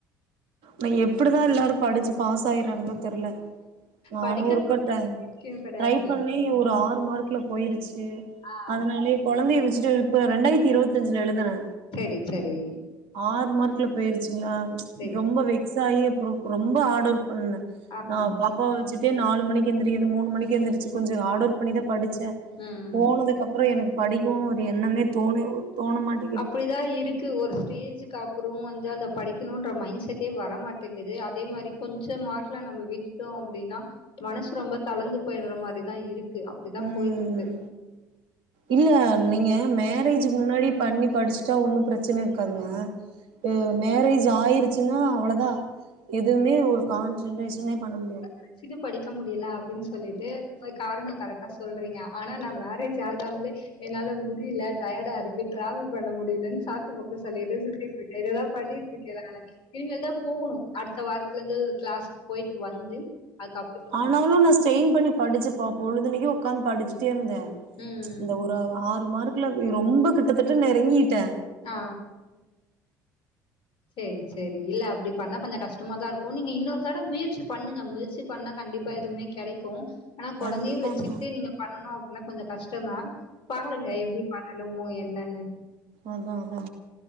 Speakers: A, on the right; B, on the left.
A: இப் எப்டிதா எல்லாரு படிச்சு பாஸ் ஆயிறாங்களோ தெரில நானு
B: படிக்கிற
A: இருக்கட்ட
B: விஷ்யோ கெடையாதுங்க
A: ட்ரை பண்ணி ஏ ஒரு ஆறு மார்க்ல போயிருச்சு
B: ஆ
A: அதுனாலே கொழந்தையை வச்சிட்டு இப்ப ரெண்டாயிரத்தி இருவத்தி அஞ்சுல எழுதுனே
B: சேரி சேரி
A: ஆறு மார்க்ல போயிருச்சுங்ளா
B: செரி
A: ரொம்ப வெக்ஸ் ஆயி அப்றோ ரொம்ப ஹார்ட் ஒர்க் பண்ண
B: ஆமா
A: நா பாப்பாவ வச்சிட்டே நாலு மணிக்கு எழுந்திக்கிறது மூணு மணிக்கு எழுந்திருச்சி கொஞ்சோ ஹார்ட் ஒர்க் பண்ணிதா படிச்சே
B: ம்
A: போனதுக்கப்றோ எனக்கு படிக்குனு ஒரு எண்ணமே தோனு தோண மாட்
B: அப்டிதா இருக் க்கு ஒரு ஸ்டேஜுக்கு அப்றோ வந்து அந்த படிக்கணுன்ற மைண்ட செட்டே வர மாட்டேங்குது அதே மாரி கொஞ்சோ மார்க்ல நம்ம விட்டுட்டோ அப்டின்னா மனசு ரொம்ப தளர்ந்து போயிடுற மாரிதா இருக்கு அப் இப்டி
A: ம்
B: தா போயிட்டு இருக்கு
A: இல்ல நீங்க மேரேஜ்க்கு முன்னாடி பண்ணி படிச்சுட்டா ஒன்னு பிரச்சன இருக்காதுங்க இ மேரேஜ் ஆயிருச்சுன்னா அவ்ளோதா எதுவுமே ஒரு கான்சன்ட்ரேஷனே பண்ண முடியாது
B: வச்சிட்டு படிக்க முடியல அப்டின்னு சொல்லிட்டு போய் காரணோ கரெக்டா சொல்றீங்க ஆனா நா மேரேஜ் ஆகாமலே என்னால முடியல டயடா இருக்கு டிராவல் பண்ண முடியலன்னு சாக்குபோக்கு சொல்லிட்டு சுத்திட்டு இருக்கே இததா பண்ணிட்டு இருக்கே நானு இனி மேல் தா போகுணு அடுத்த வாரத்துலருந்து கிளாஸ் போயிட்டு வந்து அதுக்கப்றோ கொஞ்ச
A: ஆனாலு நா ஸ்டெயின் பண்ணி படிச்சப்பா பொழுதுன்னிக்கு உக்காந்து படிச்சுட்டே இருந்தே
B: ம்
A: இந்த ஒரு ஆறு மார்க்குல ரொம்ப கிட்டத்திட்ட நெருங்கிட்டே
B: ஆ சேரி சேரி இல்ல அப்டி பண்ணா கொஞ்சோ கஷ்டமா தா இருக்கு நீங்க இன்னொரு தடவ முயற்சி பண்ணுங்க முயற்சி பண்ணா கண்டிப்பா எதுமே கெடைக்கு ஆனா கொழந்தையு
A: கண்டிப்பாங்க
B: வச்சுகிட்டு நீங்க பண்ணனு அப்டின்னா கொஞ்சோ கஷ்டோ தா பாருங்க எப்டி பண்ணலமோ என்னன்னு
A: அதா அதா